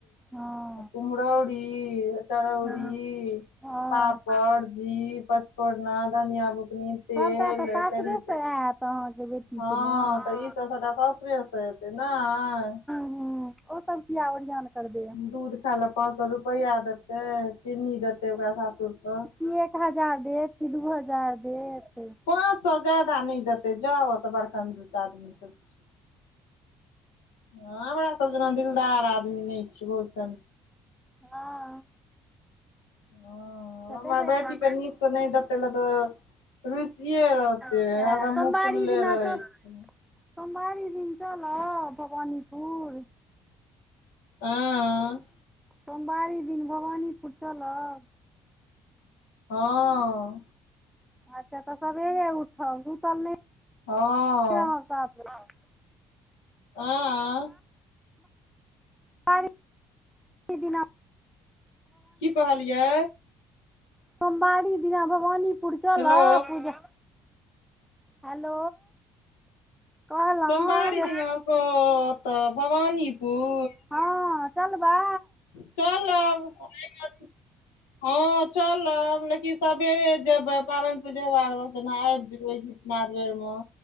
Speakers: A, in the centre; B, on the left (about 75°).
A: हँ
B: कुमहरौरी चरौरी,
A: हँ हँ
B: पापड़, जीर, पचफोर्ना, धनिया बु कनी, तेल
A: सभटा तऽ सासुरेसँ
B: करी
A: आयत अहाँके बेटीके
B: हँ,
A: ने हूँ
B: तऽ ईसभ सभटा सासुरेसँ एतै नय
A: हूँ ओसभ किया ओरियान करबै।
B: दूध खाय लए पाँंच सए रुपआ देतै चीन्नी देतै ओकरा सात सौ रुपए
A: ई एक हजार देत की दू हजार देत,
B: पाँच सौ जादा नहि देतै जाउ ओ सब बड़ कंजूस आदमी सब छै, हँ हमरा सब जेना दिलदार आदमी नहि छै बहुत क
A: हँ।
B: हँ
A: तऽ
B: हमर
A: देबे
B: बेटीके
A: करत
B: नीकसँ नहि देतै न तऽ रुसिए रहतै
A: अच्छा
B: हरदम
A: सोमवारी
B: मुँह फुलले
A: दिना
B: रहै
A: चल
B: छै,
A: सोमवारी दिन चलब भवानीपुर
B: आँ।
A: सोमवारी दिन भवानीपुर चलब।
B: हँ।
A: अच्छा तऽ सवेरे उठब उसब नहि <inaudible>
B: हँ
A: ह। <unintelligible>
B: आँ
A: आर किछ दिन
B: की कहलियै
A: सोमवारी दिना भवानीपुर चलब
B: हेलो
A: पूजा हेलो। कहलहुँ
B: सोमवारी
A: जे
B: दिनासँ ओतऽ भवानीपुर
A: हँ चलबै
B: चलब आ हँ, चलब लेकिन सबेरे जेबै पाबनि पूजेनाब विरोजितनाथ वर्म <unintelligible>